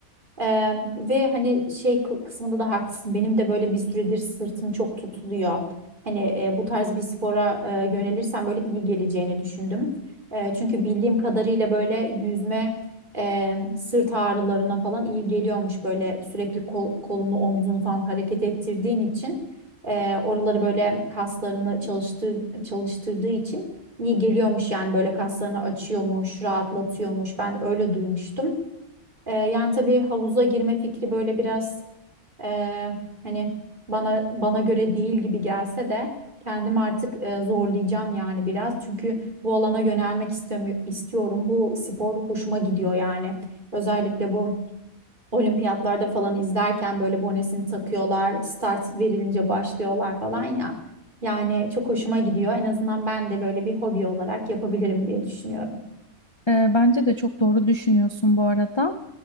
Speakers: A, on the right; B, on the left.
A: Ee, ve hani şey kı- kısmında da haklısın. Benim de böyle bir süredir sırtım çok tutuluyor. Hani e, bu tarz bir spora e, yönelirsem böyle iyi geleceğini düşündüm. E, çünkü bildiğim kadarıyla böyle yüzme e, sırt ağrılarına falan iyi geliyormuş. Böyle sürekli kol- kolunu omzunu falan hareket ettirdiğin için e, oraları böyle kaslarını çalıştır çalıştırdığı için iyi geliyormuş yani böyle kaslarını açıyormuş, rahatlatıyormuş. Ben öyle duymuştum. Ee, yani tabii havuza girme fikri böyle biraz e, hani bana bana göre değil gibi gelse de kendim artık e, zorlayacağım yani biraz. Çünkü bu alana yönelmek istemi- istiyorum. Bu spor hoşuma gidiyor yani. Özellikle bu olimpiyatlarda falan izlerken böyle bonesini takıyorlar, start verilince başlıyorlar falan ya. Yani çok hoşuma gidiyor. En azından ben de böyle bir hobi olarak yapabilirim diye düşünüyorum.
B: Ee, bence de çok doğru düşünüyorsun bu arada.